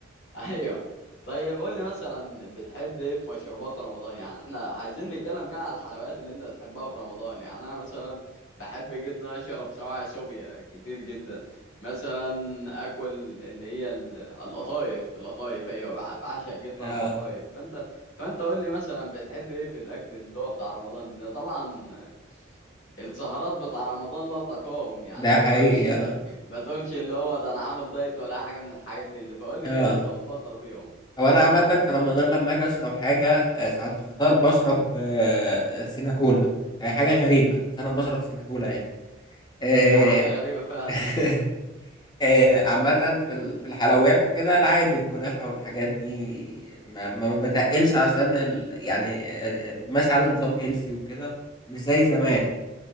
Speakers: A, on the left; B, on the left.
A: ايوه طيب قول لي مثلا بتحب ايه في مشروبات رمضان يعني احنا عايزين نتكلم كده على الحلويات اللي انت بتحبها في رمضان يعني انا مثلا بحب جدا اشرب سواعي سوبيا كتير جدا مثلا اكل اللي هي ال- القطايف القطايف ايوه بع- بعشق جدا
B: اه
A: القطايف فانت فانت قول لي مثلا بتحب ايه في الاكل اللي هو بتاع رمضان دي ده طبعا السهرات بتاع رمضان لا تقاوم يعني
B: ده
A: ما
B: حقيقي
A: تقولش ان
B: اه
A: ما تقولش اللي هو ده انا عامل دايت ولا أي حاجه من الحاجات دي, دي فقول لي
B: اه
A: كده اللي انت بتفضل فيهم
B: هو انا عامة في رمضان لما اجي اشرب حاجة آه، ساعة الفطار بشرب آه، سيناكولا هي حاجة غريبة بس انا بشرب سيناكولا يعني آه،
A: ده حاجة غريبة فعلا
B: <laughs> آه، عامة في ال- في الحلويات وكده العادي الكنافة والحاجات دي ما, ما بتقلش عشان ال... يعني آه، آه، ماشي على نظام هيلسي وكده مش زي زمان